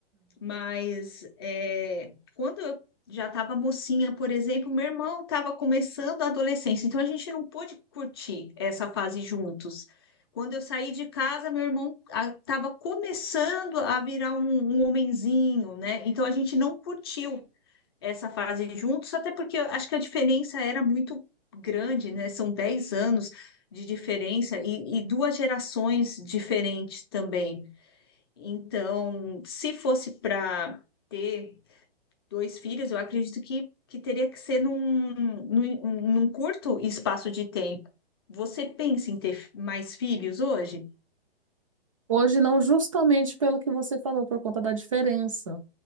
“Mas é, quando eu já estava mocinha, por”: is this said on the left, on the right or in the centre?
Left